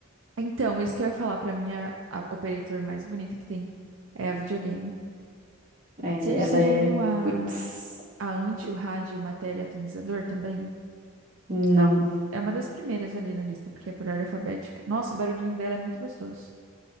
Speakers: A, on the right; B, on the right.
A: Então, isso que eu ia falar pra minha a operator mais bonita que tem é a videogame.
B: É,
A: Você
B: ela
A: já
B: é.
A: viu a,
B: Putz,
A: a anti, o rádio, matéria e atomizador também?
B: não.
A: É uma das primeiras ali na lista, porque é por ordem alfabética. Nossa, o barulhinho dela é muito gostoso.